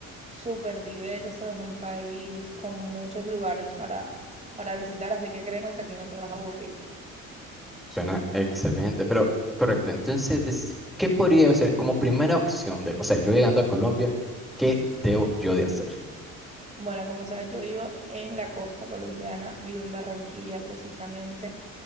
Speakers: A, on the right; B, in the centre.
A: súper diverso, es un país con muchos lugares para, para visitar, así que créeme que aquí no te vas a aburrir.
B: Suena excelente, pero correcto. Entonces, des- ¿qué podría hacer como primera opción de, o sea, yo llegando a Colombia, ¿qué debo yo de hacer?
A: Bueno, como sabes, yo vivo en la costa colombiana, vivo en Barranquilla precisamente.